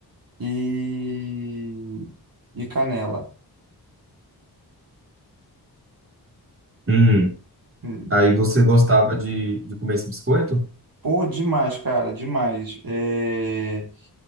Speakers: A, on the right (about 55°); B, on the right (about 30°).
A: e, e canela.
B: Hum.
A: Hum.
B: Aí você gostava de, de comer esse biscoito?
A: Pô, demais, cara, demais. É,